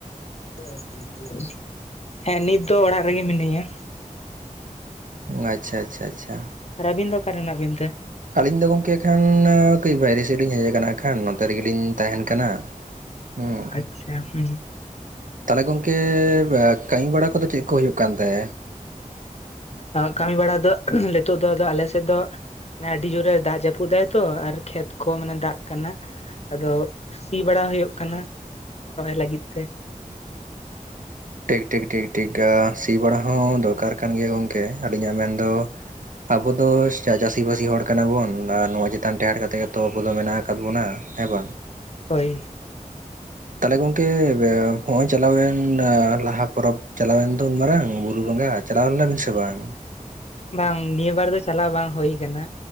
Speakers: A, on the left; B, on the right.
A: <inaudible> ᱦᱮᱸ ᱱᱤᱛ ᱫᱚ ᱚᱲᱟᱜ ᱨᱮᱜᱮ ᱢᱤᱱᱟᱹᱧᱟ᱾
B: ᱩᱸ ᱟᱪᱪᱷᱟ ᱟᱪᱪᱷᱟ ᱟᱪᱪᱷᱟ᱾
A: ᱟᱨ ᱟᱹᱵᱤᱱ ᱫᱚ ᱚᱠᱟ ᱨᱮ ᱦᱮᱱᱟᱜ ᱵᱤᱱ ᱛᱮ?
B: ᱟᱹᱞᱤᱧ ᱫᱚ ᱜᱚᱝᱠᱮ ᱠᱷᱟᱱ ᱟ ᱠᱟᱹᱡ ᱵᱟᱭᱨᱮ ᱥᱮᱫ ᱞᱤᱧ ᱦᱮᱡ ᱟᱠᱟᱱᱟ ᱟᱠᱷᱟᱱ ᱱᱚᱛᱮ ᱨᱮᱜᱮᱞᱤᱧ ᱛᱟᱦᱮᱸᱱ ᱠᱟᱱᱟ᱾ ᱦᱩᱸ᱾
A: ᱟᱪᱪᱷᱟ ᱦᱩᱸ
B: ᱛᱟᱦᱚᱞᱮ ᱜᱚᱝᱠᱮ ᱵᱟ ᱠᱟᱹᱢᱤ ᱵᱟᱲᱟ ᱠᱚᱫᱚ ᱪᱮᱫ ᱠᱚ ᱦᱩᱭᱩᱜ ᱠᱟᱱ ᱛᱮ?
A: ᱟᱜ ᱠᱷᱟᱱ ᱵᱟᱲᱟ ᱫᱚ ᱱᱤᱛᱚᱜ ᱫᱚ ᱟᱞᱮ ᱥᱮᱫ ᱫᱚ ᱚᱱᱮ ᱟᱹᱰᱤ ᱡᱳᱨᱮ ᱫᱟᱜ ᱡᱟᱹᱯᱩᱫ ᱫᱟᱭ ᱛᱚ ᱟᱨ ᱠᱷᱮᱛ ᱠᱚ ᱢᱟᱱᱮ ᱫᱟᱜ ᱠᱟᱱᱟ᱾ ᱟᱫᱚ ᱥᱤ ᱵᱟᱲᱟ ᱦᱳᱭᱳᱜ ᱠᱟᱱᱟ ᱨᱚᱦᱚᱭ ᱞᱟᱹᱜᱤᱫ ᱛᱮ᱾
B: ᱴᱤᱠ ᱴᱤᱠ ᱴᱤᱠ ᱥᱤ ᱵᱟᱲᱟ ᱦᱚᱸ ᱫᱚᱨᱠᱟᱨ ᱠᱟᱱ ᱜᱮᱭᱟ ᱜᱚᱢᱠᱮ ᱟᱹᱞᱤᱧᱟᱜ ᱢᱮᱱᱫᱚ, ᱟᱵᱚ ᱫᱚ ᱪᱟ-ᱪᱟᱹᱥᱤᱼᱵᱟᱹᱥᱤ ᱦᱚᱲ ᱠᱟᱱᱟ ᱵᱚᱱ ᱟᱨ ᱱᱚᱣᱟ ᱪᱮᱛᱟᱱ ᱴᱮᱦᱟᱰ ᱠᱟᱛᱮ ᱜᱮ ᱛᱚ ᱠᱚᱫᱚ ᱢᱮᱱᱟᱜ ᱟᱠᱟᱫ ᱵᱚᱱᱟ ᱦᱮᱸ ᱵᱟᱝ?
A: ᱦᱳᱭ
B: ᱛᱟᱦᱚᱞᱮ ᱜᱚᱝᱠᱮ ᱵᱮ ᱦᱚᱸᱜᱼᱚᱭ ᱪᱟᱞᱟᱣᱮᱱ ᱟ ᱞᱟᱦᱟ ᱯᱚᱨᱚᱵᱽ ᱪᱟᱞᱟᱣᱮᱱ ᱫᱚ ᱩᱱ ᱢᱟᱨᱟᱝ ᱵᱩᱨᱩ ᱵᱚᱸᱜᱟ ᱪᱟᱞᱟᱣ ᱞᱮᱱᱟ ᱵᱤᱱ ᱥᱮ ᱵᱟᱝ?
A: ᱵᱟᱝ, ᱱᱤᱭᱟᱹ ᱵᱟᱨ ᱫᱚ ᱪᱟᱞᱟᱣ ᱵᱟᱝ ᱦᱩᱭ ᱠᱟᱱᱟ᱾